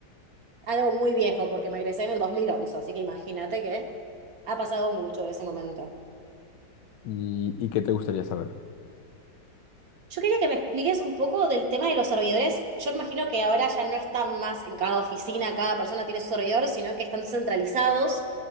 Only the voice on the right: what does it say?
algo muy viejo, porque me egresé en el dos mil once así que imagínate que ha pasado mucho de ese momento.
Yo quería que me expliques un poco del tema de los servidores. Yo imagino que ahora ya no están más en cada oficina, cada persona tiene su servidor, sino que están centralizados.